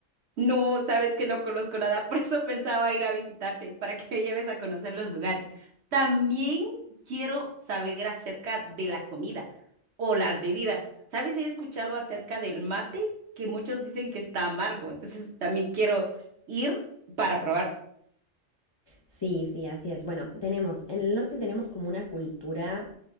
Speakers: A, on the right; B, on the left.
A: No, sabes que no conozco nada, <laughs> por eso pensaba ir a visitarte, para que me lleves a conocer los lugares. También quiero saber acerca de la comida o las bebidas. ¿Sabes? He escuchado acerca del mate, que muchos dicen que está amargo, entonces también quiero ir para probarlo.
B: Sí, sí, así es. Bueno, tenemos, en el norte tenemos como una cultura,